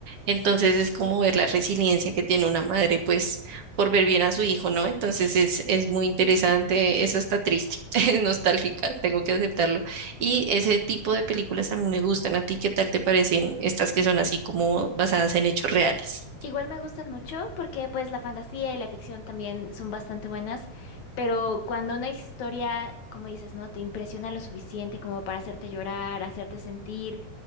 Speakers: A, on the right (about 55°); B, on the left (about 70°).
A: Entonces es como ver la resiliencia que tiene una madre, pues, por ver bien a su hijo, ¿no? Entonces es, es muy interesante. Es hasta triste, <laughs> es nostálgica, tengo que aceptarlo. Y ese tipo de películas a mí me gustan. ¿A ti qué tal te parecen estas que son así como basadas en hechos reales?
B: Igual me gustan mucho porque pues la fantasía y la ficción también son bastante buenas, pero cuando una historia, como dices, ¿no? Te impresiona lo suficiente como para hacerte llorar, hacerte sentir.